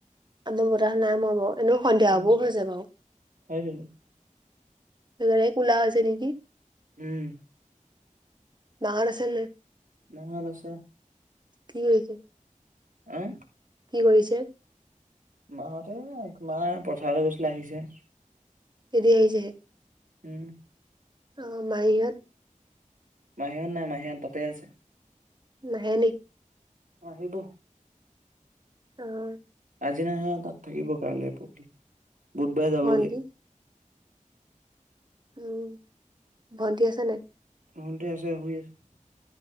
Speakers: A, on the right; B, on the right.
A: আমাৰ বতাহ নাই মৰা বাৰু, এনেই সন্ধিয়া
B: অ
A: হ'বও হৈছে বাৰু।
B: সেইটোৱেই
A: সেইকাৰনেহে কুলা হৈছে নেকি।
B: উম।
A: মা হত আছে নে নাই?
B: মা হত আছে।
A: কি কৰিছে?
B: আহ?
A: কি কৰিছে?
B: মা হঁতে মা পথাৰলৈ গৈছিলে আহিছে।
A: এতিয়া আহিছেহে।
B: উম।
A: অ', আমাৰ ইয়াত
B: মাহীহত নাই, মাহীহত তাতেই আছে।
A: নাহে নি? <inaudible>
B: অঁ! আহিব। <inaudible>
A: অঁ! <inaudible>
B: আজি নাহে তাত থাকিব কাইলৈ, পৰশিলে। বুধবাৰে যাবগে।
A: ভন্টি
B: <inaudible>
A: উম! ভণ্টি আছে নাই? <inaudible>
B: ভণ্টি আছে, শুই আছে। <inaudible>